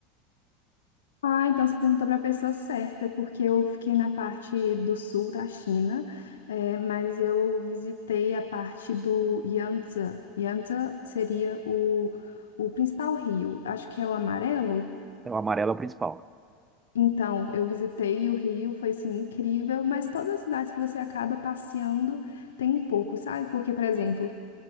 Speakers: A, on the left; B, on the right.
A: Ah, então você perguntou para a pessoa certa, porque eu fiquei na parte do sul da China, eh, mas eu visitei a parte do Yangtze. Yangtze seria o, o principal rio, acho que é o amarelo.
B: O amarelo é o principal.
A: Então, eu visitei o rio, foi assim incrível, mas todas as cidades que você acaba passeando tem um pouco, sabe? Porque, por exemplo,